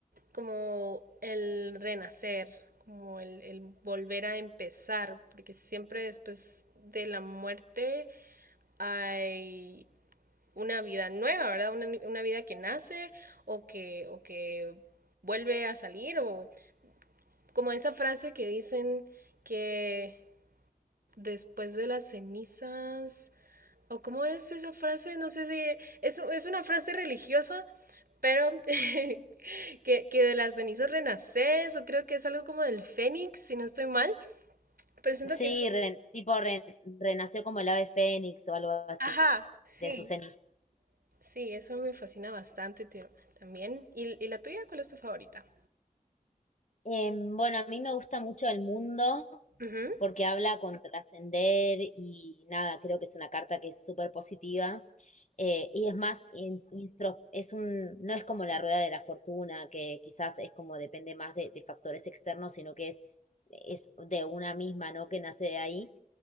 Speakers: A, on the right (about 80°); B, on the left (about 55°).
A: como el renacer, como el, el, volver a empezar, porque siempre después de la muerte hay una vida nueva, ¿verdad? Una, una vida que nace o que, o que vuelve a salir, o como esa frase que dicen que después de las cenizas o cómo es esa frase, no sé si es, es una frase religiosa, pero <laughs> que, que, de las cenizas renaces, o creo que es algo como del fénix, si no estoy mal, pero siento
B: Sí,
A: que eso,
B: re- tipo re- renació como el ave fénix o algo así,
A: ajá, sí,
B: de sus cenizas.
A: sí, eso me fascina bastante tío, también. ¿Y, ¿Y, la tuya cuál es tu favorita?
B: Em, bueno, a mí me gusta mucho el mundo.
A: Uh -huh,
B: porque habla con trascender y nada, creo que es una carta que es súper positiva. eh, y es más, in- instro- es un, no es como la rueda de la fortuna, que quizás es como depende más de, de factores externos, sino que es, es de una misma, ¿no? Que nace de ahí.